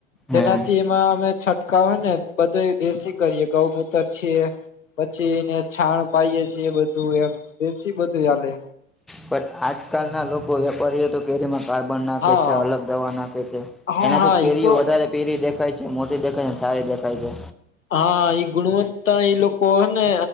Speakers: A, on the left; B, in the centre.
A: જેનાથી
B: હમ
A: એમાં અમે છંટકાવ હોય ને બધો દેશી કરીએ ગૌમૂત્ર છીએ. પછી એને છાણ પાાઈએ છેીએ બધું એમ બેસી બધું ચલે.
B: પણ આજકાલ ના લોકો વેપારીઓ તો કેરીમાં. કાર્બન નાખે
A: હા
B: છે અલગ દવા નાખે છે
A: હા
B: એનાથી
A: હા
B: કેરીઓ
A: ઈ તો
B: વધારે પીરી દેખાય છે મોટી દેખાય છે. સારી દેખાય છે.
A: હા ઈ ગુણવત્તાતા એઈ લોકો ને